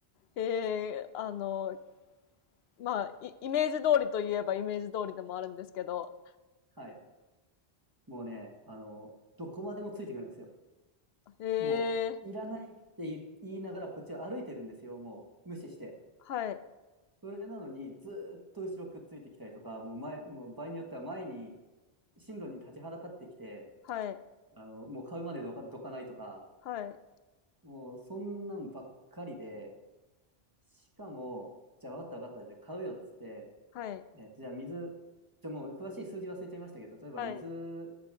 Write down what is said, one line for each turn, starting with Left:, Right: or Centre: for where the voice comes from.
Left: ええ、あの、まあ、イイメージ通りといえばイメージ通りでもあるんですけど。
Right: はい。もうね、あのーどこまでもついてくるんですよ。
Left: ええ。
Right: もう、いらないって言い言いながらこっちは歩いてるんですよ。もう無視して。
Left: はい。
Right: それなのにずーっと後ろくっついてきたりとか、もう前、もう場合によっては前に、進路に立ちはだかってきて、
Left: はい。
Right: あの、もう買うまでどか、どかないとか、
Left: はい。
Right: もうそんなんばっかりで、しかも、じゃあわかったわかった、じゃあ買うよっつって、
Left: はい。
Right: えーじゃあ水、ちょ、もう詳しい数字忘れちゃいましたけど、例えば水、
Left: はい。